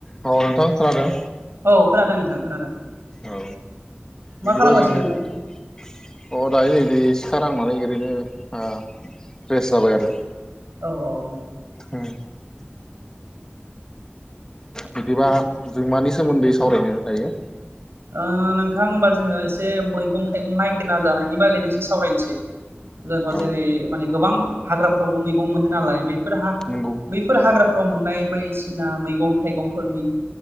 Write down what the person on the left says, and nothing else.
औ नोंथां खोनादों?
औ
बिदिबा
जों अ
दायो नैबे सिखा रांनानै ओरैनो ओ फ्रेस जाबाय आरो
उम बिदिबा जों मानि सोमोन्दै सावरायनो दायो?
औ
नंगौ